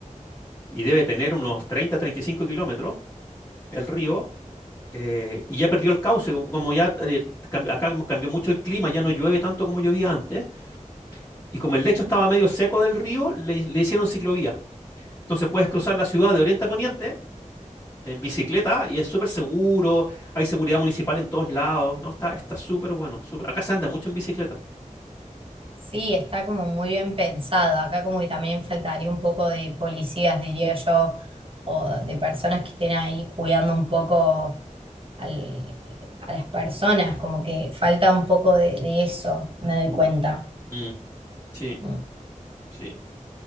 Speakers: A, on the left; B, on the right.
A: y debe tener unos treinta treinta y cinco kilómetros el río, eh, y ya perdió el cauce, como como ya eh, cam- acá como cambió mucho el clima, ya no llueve tanto como llovía antes, y como el lecho estaba medio seco del río, le, le hicieron ciclovía. Entonces puedes cruzar la ciudad de oriente a poniente en bicicleta y es súper seguro, hay seguridad municipal en todos lados, ¿no? Está, está súper bueno, súper- Acá se anda mucho en bicicleta.
B: Sí, está como muy bien pensado. Acá como que también faltaría un poco de policías, diría yo, o de personas que estén ahí cuidando un poco al- a las personas, como que falta un poco de, de eso, me doy cuenta.
A: Mm, sí,
B: Mm.
A: sí.